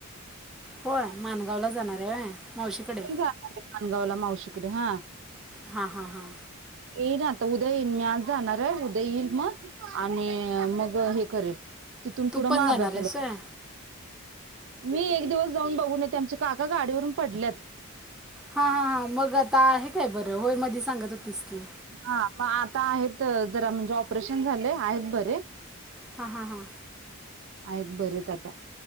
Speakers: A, in the centre; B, on the right.
A: होय माणगाव ला जाणारे होय मावशीकडे
B: जाणार आहे माणगावला मावशी कडे हा
A: हा हा हा
B: येईन आता उद्या येईन मी आज जाणारे आहे उद्या येईल मग आणि मग हे करेल. तिथून
A: तू
B: पुढ मग
A: पण जाणार
B: अभ्यासाला
A: आहेस होय
B: मी एक दिवस जाऊन बघून येते आमचे काका गाडीवरून पडल्यात
A: हा हा हा मग आता आहे काय बर होय मागे सांगत होतीस की
B: हा म आता आहेत जरा म्हणजे ऑपरेशन झालय आहेत बरे
A: हा हा हा
B: आहेत बरेत आता